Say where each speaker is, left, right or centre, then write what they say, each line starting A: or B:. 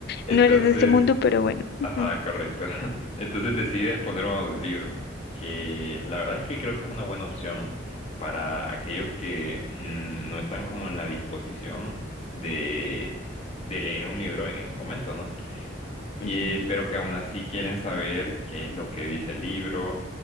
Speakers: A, on the left (about 35°); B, on the left (about 60°).
A: Entonces,
B: No eres de este mundo, pero bueno. <laughs>
A: ajá,
B: Ujú,
A: correcto. <laughs> Entonces decides poner un audiolibro, que la verdad es que creo que es una buena opción para aquellos que mm, no están como en la disposición de, de leer un libro en ese momento, ¿no? y-
B: ujú,
A: pero que aún así quieren saber qué es lo que dice el libro.